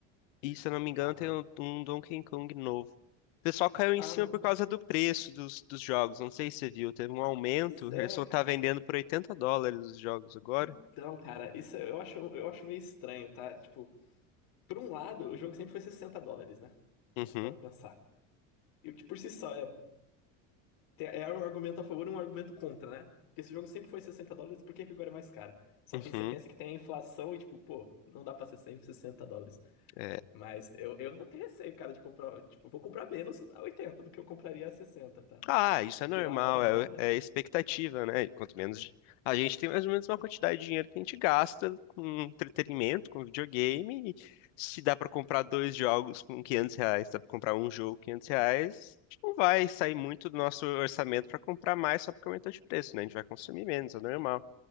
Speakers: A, on the left (about 75°); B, on the left (about 60°).
A: E se eu não me engano,
B: Ah, da
A: tem
B: hora.
A: um, um Donkey Kong novo. O pessoal caiu em
B: Ah,
A: cima
B: mano.
A: por causa do preço dos, dos jogos. Não sei se você viu, teve um aumento.
B: Pois é,
A: Ele só
B: cara.
A: tá vendendo por 80 dólares os jogos agora.
B: Então, cara, isso eu acho, eu acho meio estranho, tá? Tipo, por um lado, o jogo sempre foi 60 dólares, né? Se
A: Uhum,
B: você parar pra pensar. E o que por si só é Tem- É um argumento a favor e um argumento contra, né? Porque esse jogo sempre foi 60 dólares, por que que agora é mais caro? Só
A: uhum.
B: que aí você pensa que tem a inflação e, tipo, pô, não dá pra ser 100, 60 dólares.
A: É,
B: Mas eu, eu vou ter receio, cara, de comprar. Tipo, eu vou comprar menos a 80 do que eu compraria a 60, tá?
A: Ah, isso
B: Se
A: é normal,
B: virar a nova moda.
A: é, é expectativa, né? Quanto menos a gente tem mais ou menos uma quantidade de dinheiro que a gente gasta com entretenimento, com videogame. E se dá pra comprar dois jogos com 500 reais, dá pra comprar um jogo com 500 reais, a gente não vai sair muito do nosso orçamento pra comprar mais só porque aumentou de preço, né? A gente vai consumir menos,
B: né?
A: é normal.